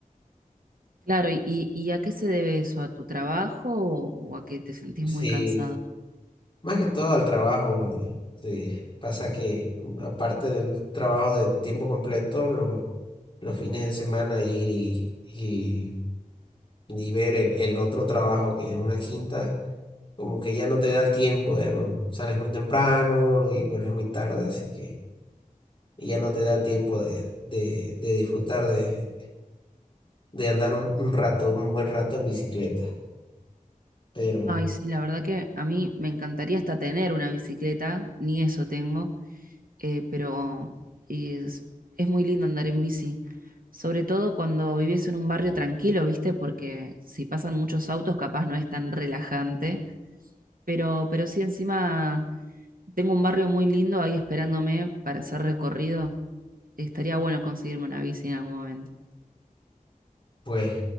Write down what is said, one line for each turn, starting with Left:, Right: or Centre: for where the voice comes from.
Right: Claro, ¿y, y ¿y a qué se debe eso? ¿A tu trabajo o, o a que te sentís
Left: Sí,
Right: muy cansado?
Left: más que todo al trabajo. eh, sí, pasa que mm, aparte del trabajo de tiempo completo, lo- los fines de semana ir y, y, y ver el, el otro trabajo que es una quinta, como que ya no te da el tiempo, digamos. Sales muy temprano y vuelves muy tarde, así que... y ya no te da tiempo de, de- de disfrutar de, de andar un, un rato, un buen rato en bicicleta. Pero
Right: Ay, sí, la verdad que a mí me encantaría hasta tener una bicicleta, ni eso tengo, eh, pero es, es muy lindo andar en bici, sobre todo cuando vivís en un barrio tranquilo, ¿viste? Porque si pasan muchos autos, capaz no es tan relajante, pero, pero sí encima tengo un barrio muy lindo ahí esperándome para hacer recorrido. Estaría bueno conseguirme una bici en algún momento.
Left: pues